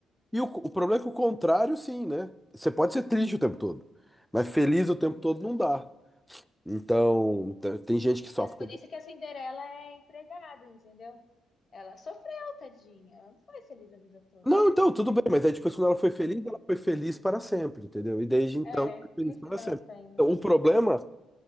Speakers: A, in the centre; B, on the left (about 40°).
A: E o, o problema é que o contrário, sim, né? Você pode ser triste o tempo todo, mas feliz o tempo todo não dá. Então,
B: Realmente.
A: t- tem gente que só
B: Mas
A: fica.
B: por isso que a Cinderela é empregada, entendeu? Ela sofreu, tadinha. Ela não foi feliz a vida toda.
A: Não, então, tudo bem, mas aí depois quando ela foi feliz, ela foi feliz para sempre, entendeu? E desde então,
B: É,
A: foi feliz
B: no
A: para
B: final
A: sempre.
B: tem, né?
A: Então, o problema.